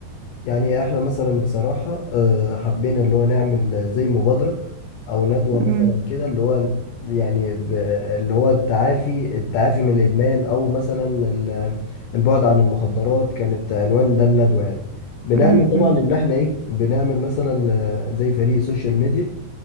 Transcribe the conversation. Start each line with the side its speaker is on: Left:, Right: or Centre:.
Left: يعني احنا مثلا بصراحة آه، حبينا اللي هو نعمل زي مبادرة او ندوة مثلا
Right: أمم،
Left: كده اللي هو يعني ب- اللي هو التعافي التعافي من الادمان او مثلا ال- البعد عن المخدرات كانت عنوان ده الندوة يعني بنعمل
Right: أمم،
Left: طبعا
Right: أمم.
Left: ان احنا ايه بنعمل مثلا آه، زي فريق سوشيال ميديا